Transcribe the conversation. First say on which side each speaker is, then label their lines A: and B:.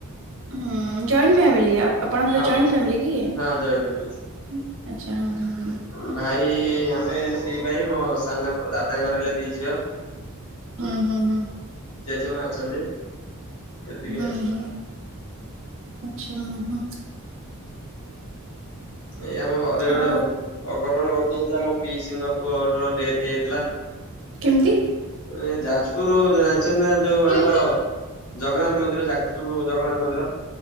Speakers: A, on the right; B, on the left.
A: ହୁଁ ଜଏଣ୍ଟ ଫ୍ୟାମିଲି ଆପ ଆପଣଙ୍କର
B: ହଁ
A: ଜଏଣ୍ଟ ଫ୍ୟାମିଲି କି। ହୁଁ
B: ହଁ ଜଏଣ୍ଟ ଫ୍ୟାମିଲି।
A: ଆଚ୍ଛା <unintelligible>
B: ଭାଇ ଆମେ ହେନୁ ଦି ଭାଇ ମୋ ସାନଆପ ଦାଦାଙ୍କର ହେଲେ ଦି ଝିଅ।
A: ହୁଁ ହୁଁ ହୁଁ।
B: ଜେଜେମା ଅଛନ୍ତି। ଏତିକି
A: ହୁଁ ହୁଁ ଆଚ୍ଛା ଉହୁଁ।
B: ଏଇ ଆମ ଘରେ ଗୋଟେ
A: ଆଉ
B: <unintelligible> ଅଘଟଣ ଘଟି ଯାଇଥିଲା ମୋ ପିସିଙ୍କ ପୁଅର ଡେଥ ହେଇଯାଇଥିଲା।
A: କେମିତି।
B: ଏଇ ଯାଜପୁରୁ ଜାଣିଚନ୍ତି ନା ଯୋଉ ଆମର ଜଗନ୍ନାଥ ମନ୍ଦିର ଯାଜପୁରୁ ଜଗନ୍ନାଥ ମନ୍ଦିର।